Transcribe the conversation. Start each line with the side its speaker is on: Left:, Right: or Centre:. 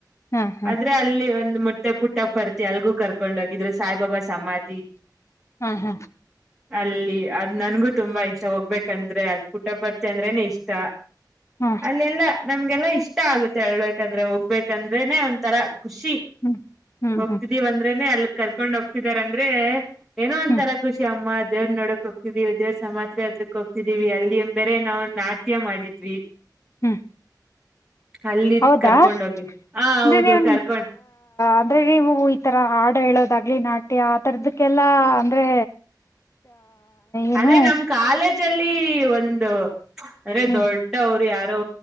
Left: ಹ ಹ
Centre: ಆದ್ರೆ ಅಲ್ಲಿ ಒಂದು ಮೊಟ್ಟೆ ಪುಟ್ಟ ಪರ್ತಿ ಅಲ್ಗೂ ಕರ್ಕೊಂಡ್ ಹೋಗಿದ್ರು ಸಾಯಿಬಾಬಾ ಸಮಾಧಿ
Left: ಹ್ಮ ಹಾ
Centre: ಅಲ್ಲಿ ಅದ್ ನನ್ಗು ತುಂಬಾ ಇಷ್ಟ ಹೋಗ್ಬೇಕಂದ್ರೆ ಅದ್ ಪುಟ ಪರ್ತಿ ಅಂದ್ರನೆ ಇಷ್ಟ
Left: ಹ
Centre: ಅಲ್ಲೆಲ್ಲಾ ನಮ್ಗೆಲ್ಲಾ ಇಷ್ಟ ಆಗುತ್ತೆ ಹೇಳ್ಬೇಕಂದ್ರೆ ಹೋಗ್ಬೇಕಂದ್ರೆನೆ ಒಂಥರ ಖುಷಿ
Left: ಹ್ಮ್ ಹ್ಮ್
Centre: ಹೋಗ್ತಿದ್ದೀವಿ
Left: ಹ್ಮ್
Centre: ಅಂದ್ರೆನೆ ಅಲ್ಲಿ ಕರ್ಕೊಂಡ್ ಹೋಗ್ತಿದಾರಾಂದ್ರೆ ಏನೋ ಒಂಥರ
Left: ಹ್ಮ್
Centre: ಖುಷಿ ಅಮ್ಮ ದೇವ್ರ ನೋಡಕ್ ಹೋಗ್ತಿದೀವಿ ದೇವ್ರ ಸಮಾತ್ರೆ ಯಾತೃಕ್ ಹೋಗ್ತಿದೀವಿ ಅಲ್ಲಿ ಎ ಬೇರೆ ನಾವು ನಾಟ್ಯ ಮಾಡಿದ್ವಿ
Left: ಹ್ಮ್
Centre: ಅಲ್ಲಿ
Left: ಹೌದಾ
Centre: ಕರ್ಕೊಂಡ್ ಹೋಗಿ ಹ
Left: ಅಂದ್ರೆ
Centre: ಹೌದು
Left: ನೀವು
Centre: ಕರ್ಕೊಂಡ್
Left: ಅಂದ್ರೆ ನೀವು ಈತರ ಹಾಡು ಹೇಳೋದು ದಾಗ್ಲಿ ನಾಟ್ಯ ಆತರದಕ್ಕೆಲ್ಲಾ ಅಂದ್ರೆ ಏನು
Centre: ಅಂದ್ರೆ ನಮ್ ಕಾಲೇಜಲ್ಲಿ ಒಂದು ಅಂದ್ರೆ
Left: ಹ್ಮ್
Centre: ದೊಡ್ಡವರು ಯಾರ ರೂ